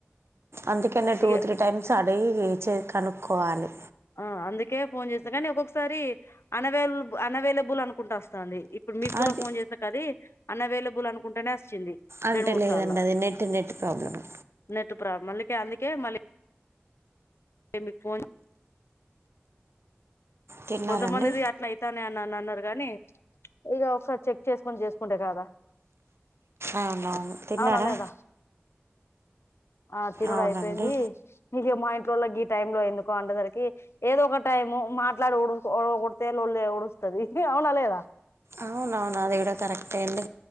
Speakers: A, on the right; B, on the left.
A: అందుకనే టూ
B: ఇక
A: త్రీ టైమ్స్ అడిగి చ్ కనుకోవాలి
B: ఆ అందుకే ఫోన్ చేస్తనే కానీ ఒక్కొక్కసారి అన్వైల్ అన్వైలబుల్ అనుకుంటూ ఒస్తంది ఇప్పుడు మీకు కూడా
A: అది
B: ఫోన్ చేసినంక అది అనవలబెల్ అనుకుంటానే ఓస్ వచ్చింది
A: అంటే
B: రెండు మూడు
A: లేదండి
B: సార్లు
A: అది నెట్ నెట్ ప్రాబ్లమే
B: నటు మళ్ళీకె అందుకే మళ్ళీ మీకు ఫోన్
A: తిన్నారండి
B: కొంతమందిది అట్లా అయితాంది అని అన్నారు గాని ఇగ ఒకసారి చెక్ చేసుకొని జెసుకుంటే కాద
A: అవునవును తిన్నారా
B: అవునా లేదా ఆ తినుడు
A: అవునండి
B: అయిపోయింది ఇగ గా ఇంట్లో వాళ్ళకి గీ టైమ్ లో ఎందుకో అంటందరికి ఏదో ఒక టైమ్ మాట్లాడి ఓడ ఓడకొడితే లోలి ఓడస్ అవునా లేదా
A: అవును అవును అది కూడా కరెక్టే అండి